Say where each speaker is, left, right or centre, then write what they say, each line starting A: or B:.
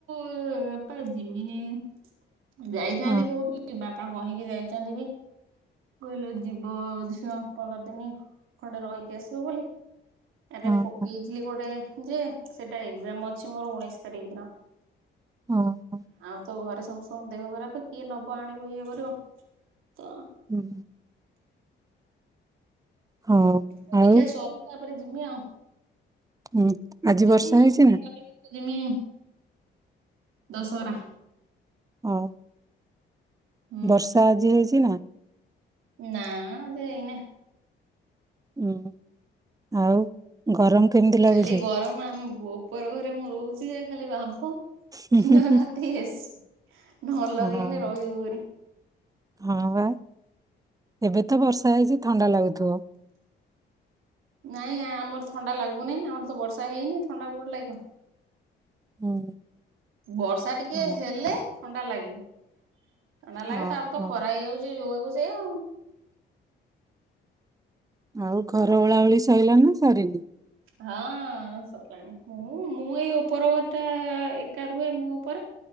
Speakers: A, on the right; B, on the right.
A: ଏବେ ଜିମିନେଇ। ଯାଇଥାନ୍ତି
B: ହଁ
A: କୋଉଠି ବାପ ପା କହିକି ଯାଇଚନ୍ତି କି କହିଲେ ଯିବ ଝିଅ ପନ୍ଦର ଦିନି ଖଣ୍ଡେ ରହିକି ଆସିବ ବୋଲି। ଆରେ
B: ହଁ
A: ପକଇଥିଲି
B: ହଁ
A: ଗୋଟେ ଯେ ସେଟା ଏକଯାମ ଅ- ଅଛି ମୋର ଉଣେଇଶ ତାରିଖ ଦିନ।
B: ହଁ ହଁ।
A: ଆଉ ତ ଘରେ ସମସ୍ତଙ୍କ ଦେହ ଖରାପ କିଏ ନେବ ଆଣିବ ଇଏ କରିବ। ତ।
B: ହୁଁ। ହଁ
A: ପରୀକ୍ଷା
B: ଆଉ।
A: ସରୁ ତାପରେ ଜିମି ଆଉ।
B: ଉଁ ଆଜି
A: ଯିମି
B: ବର୍ଷା
A: ନହେଲେ
B: ହେଇଛି ନା?
A: <unintelligible> ଯିମି। ଦଶହରା।
B: ଅ।
A: ହୁଁ
B: ବର୍ଷା ଆଜି ହେଇଛି ନା?
A: ନା ସେଇ ଏନେ।
B: ହୁଁ ଆଉ। ଗରମ କେମିତି ଲାଗୁଛି?
A: ଖାଲି ଗରମ ଆମ ଉପର ଘରେ ମୁଁ ରହୁଛିଯେ - ଖାଲି ବା ଦିନ
B: ହୁଁ ହୁଁ
A: ରାତି
B: ହୁଁ
A: ଏସି ନ ଲଗେଇଲେ
B: ହଁ
A: ରହି ହଉନି।
B: ହଁ ଭ ଏବେ ତ ବର୍ଷା ହେଇଛି ଥଣ୍ଡା ଲାଗୁଥିବ।
A: ନାଇଁ ଆମର ଥଣ୍ଡା ଲାଗୁନାହିଁ, ଆମର ତ ବର୍ଷା ହେଇନି ଥଣ୍ଡା କୋଉଠୁ ଲାଗିବ।
B: ହୁଁ।
A: ବର୍ଷା ଟିକେ
B: ହଉ
A: ହେଲେ ଥଣ୍ଡା ଲାଗେ ଥଣ୍ଡା ଲାଗେ,
B: ହଁ
A: ତାପରେ ତ
B: ହଁ
A: ଖରା ହେଇଯାଉଛି ଯୋଗକୁ ସେଇ ଆଉ।
B: ଆଉ ଘର ଓଳାଓଳି ସାରିଲାଣି ନା ସରିନି।
A: ହଁ ସରିଲଣି ମୁଁ ମୁଁ ଏଇ ଉପର ଟା ଏକା ରୁହେ ମୋ ଉପରେ